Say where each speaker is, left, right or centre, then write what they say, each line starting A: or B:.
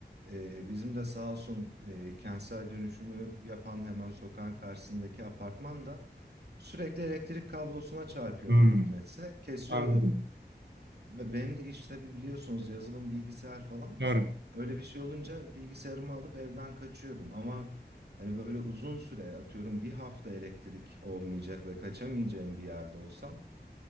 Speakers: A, on the right; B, on the right.
A: Ee, bizim de sağ olsun e, kentsel dönüşümü yapan hemen sokağın karşısındaki apartman da sürekli elektrik kablosuna çarpıyor
B: Hmm,
A: ne hikmetse kesiyordu.
B: anladım.
A: Be- Benim de iş tabii biliyorsunuz yazılım bilgisayar falan.
B: Doğru.
A: Öyle bir şey olunca bilgisayarımı alıp evden kaçıyordum ama hani böyle uzun süre atıyorum bir hafta elektrik olmayacak ve kaçamayacağım bir yerde olsam